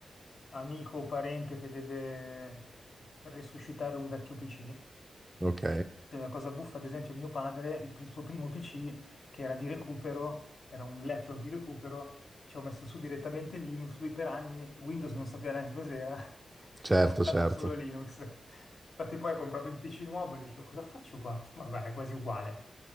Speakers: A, on the left (about 55°); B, on the right (about 15°).
A: amico o parente che deve resuscitare un vecchio PC.
B: Ok,
A: La cosa buffa, ad esempio, mio padre, il pri- suo primo PC, che era di recupero, era un laptop di recupero, ci ho messo su direttamente Linux, lui per anni Windows non sapeva neanche cos'era, <laughs>
B: certo,
A: ha usato
B: certo.
A: solo Linux. Infatti poi ha comprato il PC nuovo e dicevo, cosa faccio qua? <laughs> Ma guarda, è quasi uguale,